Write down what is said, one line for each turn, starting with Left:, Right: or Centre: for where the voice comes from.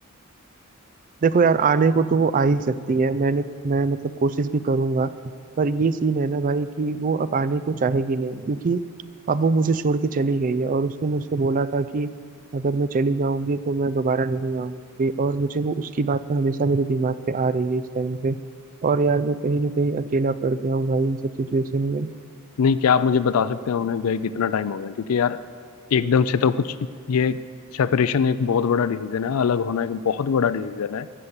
Right: देखो यार आने को तो वो आ ही सकती है मैंने मैं मतलब कोशिश भी करूंगा पर ये सीन है ना भाई कि वो अब आने को चाहेगी नहीं क्योंकि अब वो मुझे छोड़ के चली गई है और उसने मुझसे बोला था कि अगर मैं चली जाऊंगी तो मैं दोबारा नहीं आऊंगी और मुझे वो उसकी बात ना हमेशा मेरे दिमाग पे आ रही है इस टाइम पे और यार मैं कहीं ना कहीं अकेला पड़ गया हूँ भाई इन सब सिचुएशन में
Left: नहीं क्या आप मुझे बता सकते हैं उन्हें गए कितना टाइम हो गया क्योंकि यार एकदम से तो कुछ ये सेपरेशन एक बहुत बड़ा डिसीजन है अलग होना एक बहुत बड़ा डिसीजन है